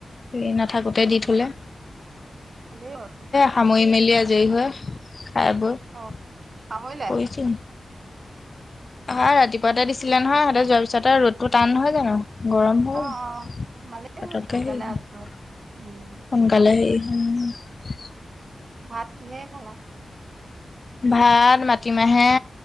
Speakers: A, on the left; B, on the right.
A: ৰি নাথাকোতে দি থলে এ
B: ভালেই হ'ল
A: সামৰি মেলি দিয়া দেৰি হয় খাই বৈ শুই
B: অ সামৰিলে
A: ছো। অ ৰাতিপুৱাতে দিছিলে নহয় তহাতে যোৱাৰ পিছতে ৰ'দ টো টান নহয় জানো। গৰম হ'ল
B: অ অ ভালেই
A: পতকে
B: হ'ল সোনকালে
A: আহিল
B: আজৰি হ'ল
A: সোনকালে
B: উম
A: আহিল। উম।
B: ভাত কিহে খালা?
A: ভাত মাটিমাহে